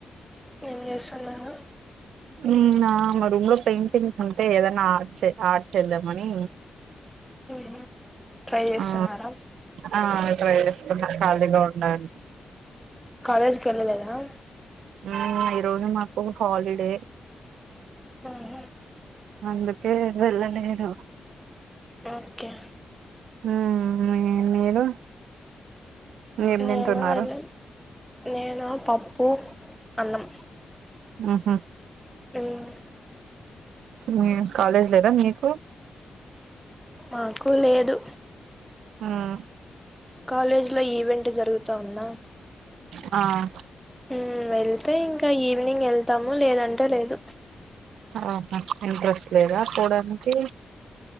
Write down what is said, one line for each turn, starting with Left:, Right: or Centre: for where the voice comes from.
Centre: ఏం చేస్తున్నారో
Right: ఉమ్ నా మా రూం పెయింటింగ్స్ ఉంటే ఏదన్నా ఆడ్ చే ఆడ్ చేల్లమనీ
Centre: ఉహు ట్రై చేస్తున్నారా
Right: ఆ ఆ ట్రై చేస్తున్నా ఖాళీగా ఉండా అని
Centre: కాలేజ్కి ఎళ్ళలేదా
Right: ఊ ఈరోజు మాకు హాలిడే
Centre: ఉహు
Right: అందుకే వెళ్ళలేదు
Centre: ఓకే
Right: ఊ మేం మీరు ఏం
Centre: నేను
Right: తింటున్నారు
Centre: వెళ్లి నేనా పప్పు అన్నం
Right: ఊహూ
Centre: ఉమ్
Right: ఊ ఏం కాలేజ్ లేదా మీ కో
Centre: మాకూ లేదు
Right: మ్మ్
Centre: కాలేజ్ లో ఈవెన్ ట్ జరుగుతా ఉందా
Right: ఆ
Centre: ఊ వెళ్ తే ఇంక ఈవినింగ్ ఎళ్తాము లేదంటే లేదు
Right: ఆహా ఇంట్రెస్ట్ లేదా పోడానికి